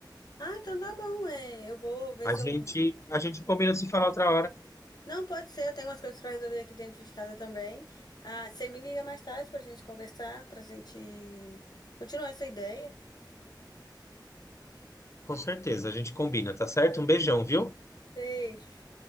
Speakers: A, on the left; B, on the left.
A: Ah, então tá bom, é, eu vou ver
B: A
A: se
B: gente,
A: eu.
B: a gente combina de se falar outra hora.
A: Não, pode ser, eu tenho umas coisas pra resolver aqui dentro de casa também. Ah, você me liga mais tarde pra gente conversar, pra gente continuar essa ideia.
B: Com certeza, a gente combina, tá certo? Um beijão, viu?
A: Beijo.